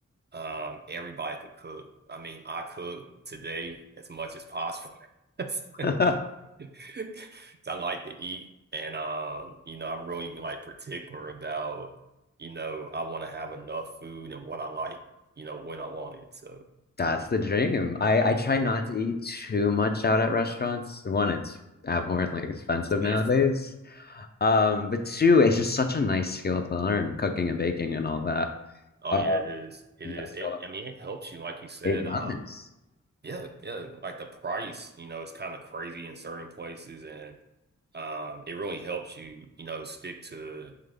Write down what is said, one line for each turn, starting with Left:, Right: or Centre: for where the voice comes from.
Right: um everybody could cook. I mean, I cook today as much as possible. <laughs>
Left: <laughs>
Right: <laughs> 'Cause I like to eat, and um, you know, I'm really like particular about, you know, I want to have enough food and what I like, you know, when I want it. So,
Left: That's the dream. I I try not to eat too much out at restaurants. One, it's abhorrently expensive
Right: man.
Left: nowadays. Um, but two, it's just such a nice skill to learn, cooking and baking and all that.
Right: Oh
Left: Uh,
Right: yeah, it is. It
Left: you
Right: is.
Left: gotta show
Right: It,
Left: off.
Right: I mean, it helps you, like you said.
Left: It does.
Right: Um, yeah, yeah. Like the price, you know, it's kind of crazy in certain places, and um, it really helps you, you know, stick to,